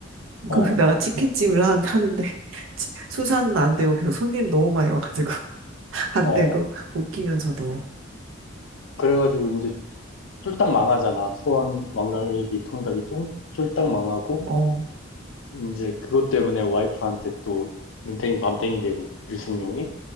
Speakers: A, on the left; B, on the right.
A: 어,
B: 그, 내가 치킨집을 한- 하는데, <laughs> 치- 수사는 안 되고, 계속 손님 너무 많이 와가지고, <laughs> 안
A: 어.
B: 되고, 웃기면서도.
A: 그래가지고 이제 쫄딱 망하잖아. 수원 왕갈비 통닭이 쫑, 쫄딱 망하고,
B: 어,
A: 이제 그것 때문에 와이프한테 또 눈탱이 밤탱이 되고, 류승룡이